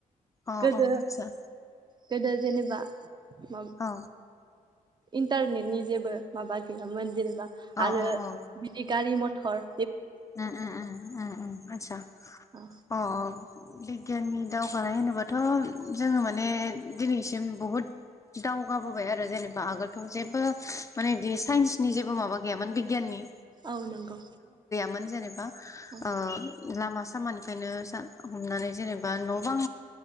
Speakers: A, on the left; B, on the right.
A: अह
B: गोदो
A: अह आतसा।
B: गोदो जेनेबा मा
A: औ
B: इन्टारनेटनि जेबो माबा गैयामोन जेने बा
A: अ
B: आरो
A: अ अ
B: बिदि गारि म थर
A: उम उम उम उम उम आतसा
B: औ
A: अ अ। बिगियाननि दावगानाय होनोबाथ' जोङो माने दिनैसिम बहुद दावगाबोबाय आरो जेनेबा आगोलथ' जेबो माने बिदि साइन्सनि जेबो माबा गैयामोन बिगियाननि
B: औ नंगौ।
A: मोन जेनेबा
B: औ
A: आ लामा सामानिफ्रायनो हमनानै जेनेबा न' बां